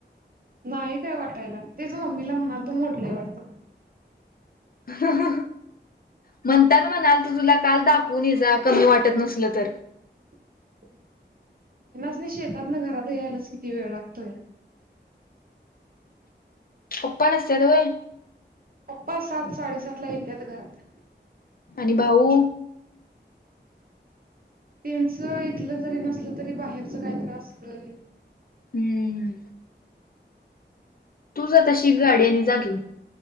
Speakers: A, on the right; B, on the left.
A: नाही काय वाटायला.. तेच मम्मीला म्हणालतो मोडलंय वाटतं म....
B: ह.. म्हणताना म्हणालतो तुला काल दाखवून येजा कमी वाटत नसल तर..
A: हम्... हेनासनी शेतात न घरात यायलाच किती वेळ लागतोय.
B: पपा नसत्यात वय
A: पप्पा सात साडेसात ला येत्यात घरात...
B: आणि भाऊ...
A: त्यांच इथलं जरी नसल तरी बाहेरच काय त्रास असतय.
B: हम्म. तुझं तशी गाड्यानी घेऊन..